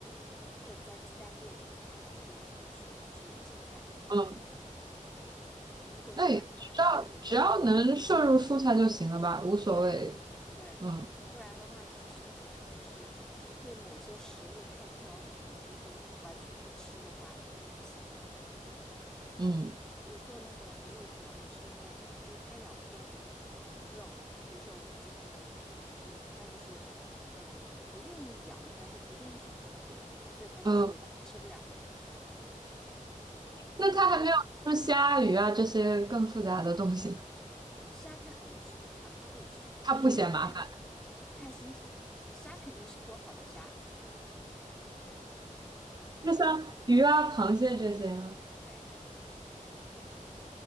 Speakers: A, in the centre; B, on the right.
A: 混在鸡蛋液里面摊成饼给他吃，就是青菜。
B: 嗯，
A: 如果是完全不补充肯定不行，
B: 那也只要只要能摄入蔬菜就行了吧，无所谓。
A: 对对，
B: 嗯
A: 不然的话就是身体肯定是就是对某些食物太挑剔，比如说完全不吃的话肯定不行。
B: 嗯
A: 我做那个牛肋条也是因为，就是它咬不动那种肉，比如说我们煎的牛排这种，它是它就是，呃，不愿意咬，应该是不愿意去咀嚼，所以他就说我吃不了。
B: 嗯，
A: 所以就是
B: 那他还没有吃虾、鱼啊这些更复杂的东西呢，
A: 虾它可以吃，它它会吃，
B: 他不嫌麻烦。
A: 但是看看心情，虾肯定是剥好的虾。
B: 那像鱼啊、螃蟹这些呢？
A: 对，嗯，